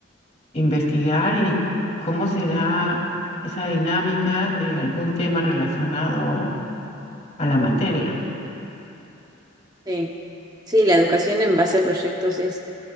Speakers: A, on the left; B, on the right.
A: investigar y cómo se da esa dinámica de algún tema relacionado a la materia.
B: Sí, sí, la educación en base a proyectos es,